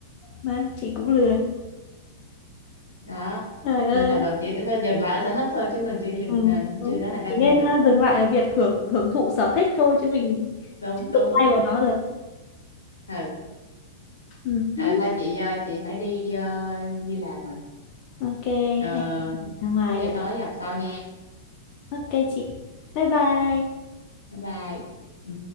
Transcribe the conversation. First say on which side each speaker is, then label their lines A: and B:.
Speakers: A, on the left (about 45°); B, on the left (about 85°).
A: mà chị cũng lười
B: đó
A: trời ơi
B: nên là mình chỉ có dừng lại ở sở thích thôi chứ mình chưa dừng
A: ừ,
B: mình
A: đúng
B: chưa trở thành đam
A: thì nên
B: mê được
A: ờ, dừng lại ở việc hưởng hưởng thụ sở thích thôi chứ mình
B: đúng
A: chứ
B: đúng
A: đụng tay vào nó được
B: ừ
A: ừ.
B: à,
A: hứ.
B: thôi chị ờ, chị phải đi ờ, đi làm rồi
A: ok em
B: Ờ,
A: ra ngoài
B: có gì
A: đây
B: tối gặp sau nha
A: ok chị bye bye
B: bye bye ừ